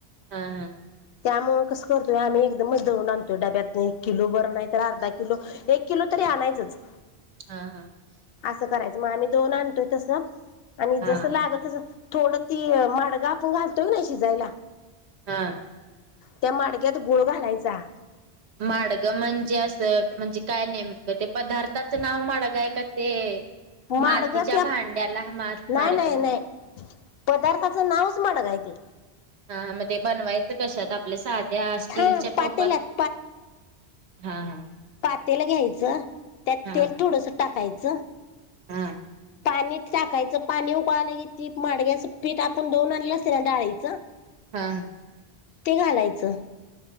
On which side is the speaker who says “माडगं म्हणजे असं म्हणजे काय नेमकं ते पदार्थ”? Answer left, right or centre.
Right